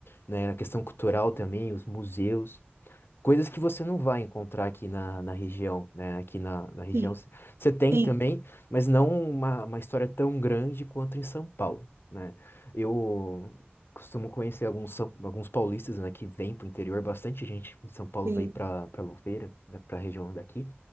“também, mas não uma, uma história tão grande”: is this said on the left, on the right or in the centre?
Left